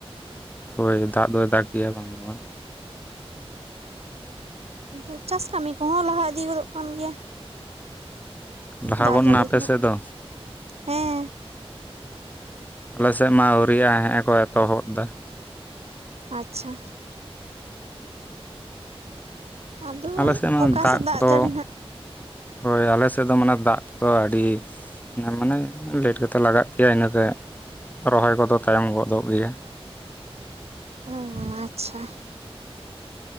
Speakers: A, on the left (about 15°); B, on the right (about 85°).
A: ᱦᱳᱭ ᱫᱟᱜ ᱫᱚᱭ ᱫᱟᱜ ᱜᱮᱭᱟ ᱵᱟᱝ ᱫᱚ ᱵᱟᱝ᱾
B: ᱟᱫᱚ ᱪᱟᱥ ᱠᱟᱹᱢᱤ ᱠᱚᱦᱚᱸ ᱞᱟᱦᱟ ᱤᱫᱤ ᱜᱚᱫᱚᱜ ᱠᱟᱱ ᱜᱮᱭᱟ᱾
A: ᱞᱟᱦᱟ
B: ᱫᱟᱜ
A: ᱜᱚᱫ
B: ᱡᱟᱹᱲᱤ
A: ᱱᱟ ᱟᱯᱮ
B: ᱨᱮᱱᱟᱜ
A: ᱥᱮᱫ ᱫᱚ
B: ᱦᱮᱸ᱾
A: ᱟᱞᱮᱥᱮᱫ ᱢᱟ ᱟᱹᱣᱨᱤᱭᱼᱟ ᱦᱮᱸ ᱮᱠᱚ ᱮᱛᱚᱦᱚᱵ ᱮᱫᱟ᱾
B: ᱟᱪᱪᱷᱟ᱾ ᱟᱫᱚ
A: ᱟᱞᱮ ᱥᱮᱫ ᱢᱟ
B: ᱚᱠᱟ
A: ᱫᱟᱜ
B: ᱥᱮᱫ
A: ᱠᱚᱫᱚ
B: ᱡᱟᱹᱲᱤ ᱱᱟᱜ
A: ᱦᱳᱭ ᱟᱞᱮᱥᱮᱫ ᱫᱚ ᱢᱟᱱᱮ ᱫᱟᱜ ᱠᱚᱫᱚ ᱟᱹᱰᱤ ᱦᱮ ᱢᱟᱱᱮ ᱞᱮᱴ ᱠᱟᱛᱮᱴᱮᱫ ᱞᱟᱜᱟᱜ ᱜᱮᱭᱟ ᱤᱱᱟᱹᱛᱮ ᱨᱚᱦᱚᱭ ᱠᱚᱫᱚ ᱛᱟᱭᱚᱢ ᱜᱚᱫᱚᱜ ᱜᱮᱭᱟ᱾
B: ᱚ ᱟᱪᱪᱷᱟ᱾